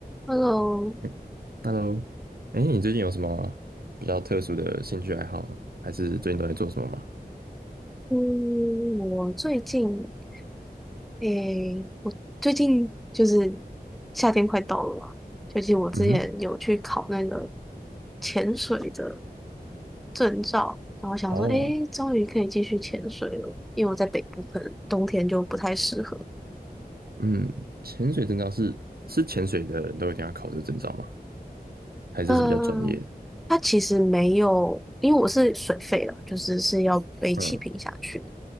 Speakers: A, in the centre; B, on the right.
A: Hello，
B: 嗯 Hello，哎，你最近有什么比较特殊的兴趣爱好呢还是最近都在做什么吗？
A: 嗯，我最近，诶，我最近就是夏天快到了嘛，最近我之前有去考那个
B: 嗯，
A: 潜水的证照，然后想说，
B: 哦，
A: 诶，终于可以继续潜水了，因为我在北部，可能冬天就不太适合。
B: 嗯，潜水证照是是潜水的人都一定要考这个证照吗？还是是比较专业的？
A: 嗯，它其实没有，因为我是水肺了，就是是要背气瓶下去的
B: 嗯